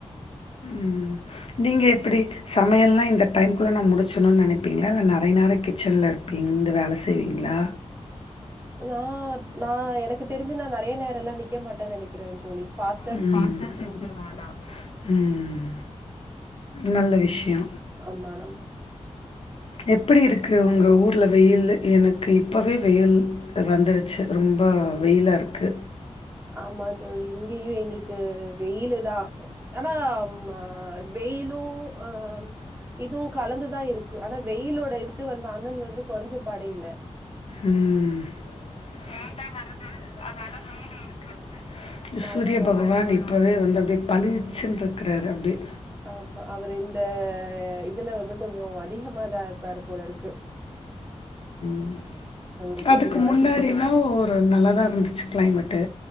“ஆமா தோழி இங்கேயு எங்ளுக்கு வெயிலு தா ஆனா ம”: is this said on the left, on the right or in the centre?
Right